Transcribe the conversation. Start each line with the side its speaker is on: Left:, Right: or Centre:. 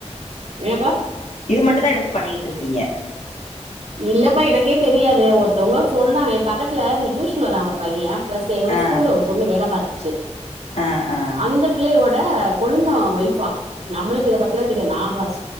Right: என்னப்பா
Left: இது மட்டு தா எடுத்து பண்ணிகிட்டுருக்கீங்க
Right: இல்லப்பா எனக்கே தெரியாது ஒருத்தவுங்க சொன்னாங்க ஏ பக்கத்துல இந்த டியூஷன் வரா ஒரு பைய பிளஸ்சு என்னோட
Left: ஆ
Right: ஸ்கூல்ல ஒரு பொண்ணு வேல பாத்துச்சு
Left: ஆ ஆ
Right: அந்தப் பிள்ளயோட கொழுந்த ஒய்ஃபா நம்மளுக்கு இத பத்திலா தெரியாது நா பஸ்